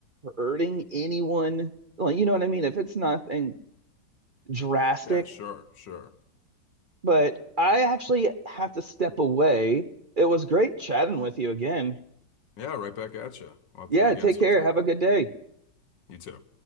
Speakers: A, on the right; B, on the left.
A: hurting anyone, like, you know what I mean? If it's nothing drastic,
B: Yeah, sure, sure.
A: but I actually have to step away. It was great chatting with you again.
B: Yeah, right back at you. We'll have
A: Yeah,
B: to do it again
A: take
B: sometime.
A: care. Have a good day.
B: You too.